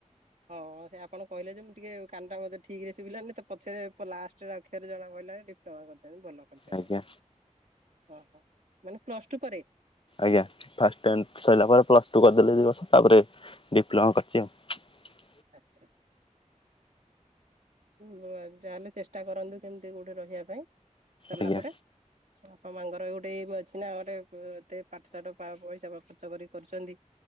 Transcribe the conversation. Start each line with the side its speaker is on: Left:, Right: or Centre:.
Right: ହଁ ସେ ଆପଣ କହିଲେ ଯେ ମୁଁ ଟିକେ କାନ ଟାେ ଠିକ ରେ ଶିଭିଲାନି ତ ପଛରେ ଲାଷ୍ଟ ଅକ୍ଷରେ ଜଣା ପଡ଼ିଲା। ପ୍ଲାୱାର କରିଚାରିଲେ ଭଲ କରିଛନ୍ତି
Left: ଆଜ୍ଞା
Right: ଆ ଓହୋ। ମାନେ ପ୍ଲସ ଟୁ ପରେ
Left: ଆଜ୍ଞା ଫାଷ୍ଟ ଟାଇମି ସରିଲା ପରେ ପ୍ଲସ ଟୁ କରିଦେଲେ ଦି ବର୍ଷ ତାପରେ ଡିପ୍ଲୋମା କରଚି ଆଉ।
Right: ଆଛା। ହଁ ତାହେଲେ ଚେଷ୍ଟା କରନ୍ତୁ କେମିତି କୋଉଠି ରହିବା ପାଇଁ। ସରିଲା
Left: ଆଜ୍ଞା
Right: ପରେ। ମା ଙ୍କର ଗୋଟେଇ ଅଛି ନା ଗୋଟେ ଏତେ ପାଠ ସାଠ ପଇସା ଖର୍ଚ୍ଚ କରି କରୁଛନ୍ତି